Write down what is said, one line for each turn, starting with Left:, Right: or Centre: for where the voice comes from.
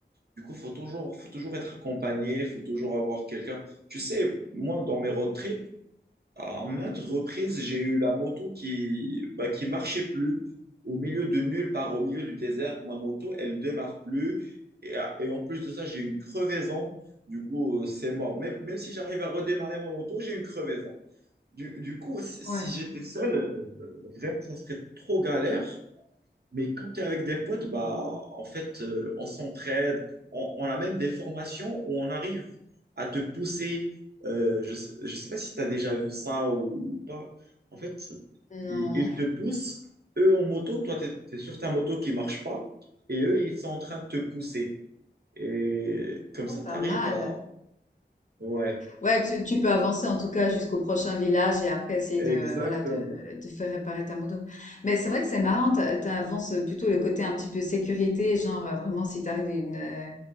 Right: Du coup, faut toujours, faut toujours être accompagné, faut toujours avoir quelqu'un. Tu sais, moi, dans mes road trips, à maintes reprises, j'ai eu la moto qui bah, qui marchait plus. Au milieu de nulle part, au milieu du désert, ma moto, elle démarre plus. Et, ah, et en plus de ça, j'ai une crevaison. Du coup, euh, c'est mort. Même, même si j'arrive à redémarrer ma moto, j'ai une crevaison. Du, du coup, si, si
Left: Ouais.
Right: j'étais seul, euh, vraiment, ça serait trop galère. Mais quand tu es avec des potes, bah, en fait, euh, on s'entraide. On, on a même des formations où on arrive à te pousser. Euh, je ne sais pas si tu as déjà vu ça ou pas. En fait, ils,
Left: Non.
Right: ils te poussent. Eux en moto, toi, tu es, sur ta moto qui marche pas. Et eux, ils sont en train de te pousser. Et comme
Left: Oh,
Right: ça, tu
Left: pas
Right: arrives
Left: mal.
Right: à... Ouais,
Left: Ouais, tu, tu peux avancer en tout cas jusqu'au prochain village et après essayer
Right: exactement.
Left: de, voilà, de, de faire réparer ta moto. Mais c'est vrai que c'est marrant, t'a- t'avances plutôt le côté un petit peu sécurité, genre euh, vraiment si t'arrives une, euh,